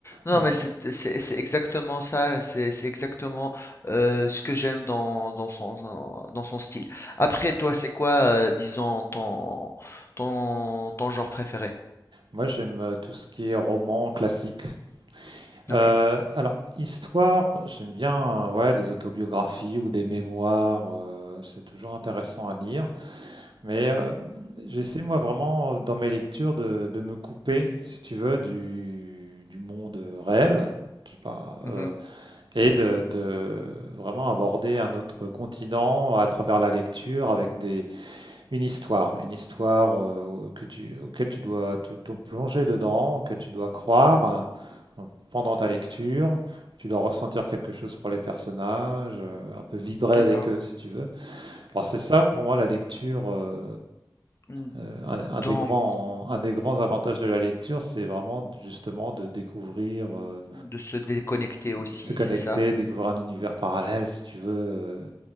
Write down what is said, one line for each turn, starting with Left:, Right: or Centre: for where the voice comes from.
Left: Non,
Right: Ouais.
Left: mais c'est c'est- c'est exactement ça, c'est c'est exactement euh, ce que j'aime dans, dans son, dans son style. Après,
Right: Mm.
Left: toi, c'est quoi, euh, disons, ton, ton, ton genre préféré?
Right: Moi, j'aime euh, tout ce qui est roman classique, Euh,
Left: Ok.
Right: alors, histoire, j'aime bien euh, ouais, les autobiographies ou des mémoires, euh, c'est toujours intéressant à lire. Mais euh, j'essaie, moi, vraiment, euh, dans mes lectures, de, de me couper, si tu veux, du, du monde réel, je sais pas,
Left: Mhm.
Right: euh, et de, de vraiment aborder un autre continent à travers la lecture avec des, une histoire, une histoire euh, que tu, auquel tu dois te, te plonger dedans, que tu dois croire euh, pendant ta lecture. Tu dois ressentir quelque chose pour les personnages, euh, un peu vibrer
Left: D'accord.
Right: avec eux si tu veux. Alors c'est ça pour moi la lecture, euh,
Left: Mmh,
Right: euh, un, un
Left: Donc,
Right: des grands, un des grands avantages de la lecture, c'est vraiment de- justement de découvrir, euh,
Left: de se déconnecter
Right: de
Left: aussi,
Right: se connecter,
Left: c'est ça?
Right: découvrir un univers parallèle si tu veux, euh,